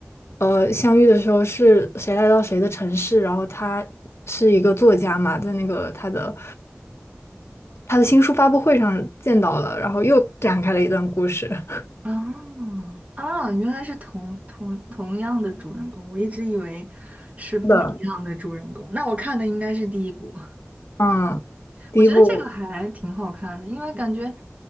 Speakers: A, on the left; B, on the right.
A: 呃，相遇的时候是谁来到谁的城市，然后他是一个作家嘛，在那个他的他的新书发布会上见到了，然后又展开了一段故事。<laughs>
B: 哦啊！原来是同同同样的主人公，我一直以为是不一样的主人公。
A: 是的，
B: 那我看的应该是第一部，
A: 嗯，第一部，
B: 我觉得这个还挺好看的，因为感觉